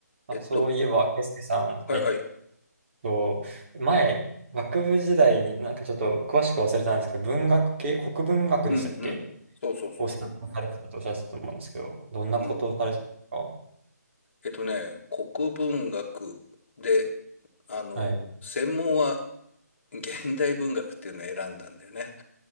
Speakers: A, on the right; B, on the left.
A: まあ、
B: えっと、
A: そういえば、ケイスケさん、
B: はいはい。
A: はい、と、前、学部時代になんかちょっと詳しく忘れたんですけど、文学系、国文学でしたっけ
B: うん、うん。そうそうそうそう。
A: を専攻されてたとおっしゃってたと思うんですけど、どんなことをされてたんですか
B: うん。えっとね、国文学で、あの、
A: はい。
B: 専門は現代文学っていうのを選んだんだよね。